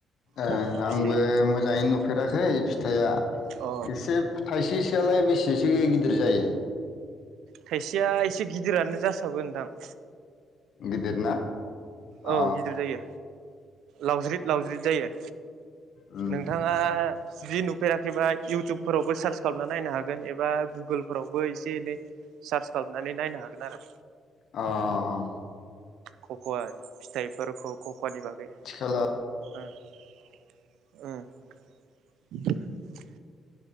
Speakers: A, on the left (about 70°); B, on the right (about 80°).
A: ए
B: गख'वा
A: आंबो
B: फिथाइया
A: मोजाङैनो नुफेराखै फिथाइआ
B: अ
A: एसे थाइसे फिथायालाय बेसेसो गिदिर जायो
B: थाइसेया एसे गिदिरानो जासाबो नोंथां
A: गिदिर ना
B: औ
A: अ
B: गिदिर जायो लावज्रिद लावज्रिद जायो।
A: उम
B: नोंथाङा
A: अ
B: ज्रि नुफेराखैबा इउटुबफोरावबो सार्च खालामना नायनो हागोन एबा गुगोलफोरावबो एसे एनै सार्च खालामनानै नायनो हागोन आरो
A: अह
B: खख'वा फिथाइफोर खौ खौ खखानि बागै
A: आथिखालाव
B: उम उम <inaudible>